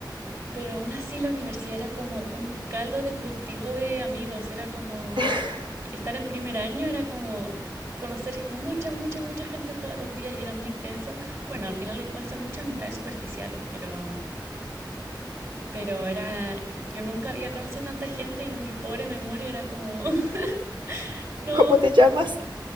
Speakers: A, on the right (about 40°); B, on the right (about 80°).
A: Pero aún así la universidad era como un caldo de cultivo de amigos, era como,
B: <laughs>
A: estar en primer año era como conocer mucha, mucha, mucha gente todos los días y era muy intenso. Bueno, al final igual son muchas amistades superficiales, pero, pero era, yo nunca había conocido a tanta gente y mi pobre memoria era como, <laughs> no,
B: ¿Cómo te llamas?